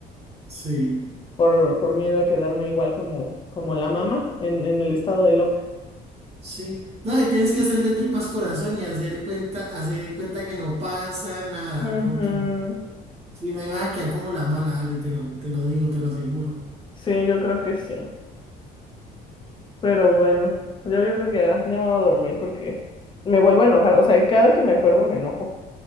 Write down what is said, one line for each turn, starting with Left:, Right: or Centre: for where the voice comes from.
Right: sí.
Left: por por miedo a quedarme igual como como la mamá en en el estado de loca.
Right: Sí. No, y tienes que hacer de tripas corazón y hacer cuenta, hacer cuenta que no pasa nada,
Left: Ujú.
Right: porque si no, ahí vas a quedar como la mala, Ari, te lo, te lo digo, te lo aseguro.
Left: Sí, yo creo que sí. Pero bueno, ya yo creo que ya, ya me voy a dormir porque me vuelvo a enojar. O sea, cada que me acuerdo me enojo.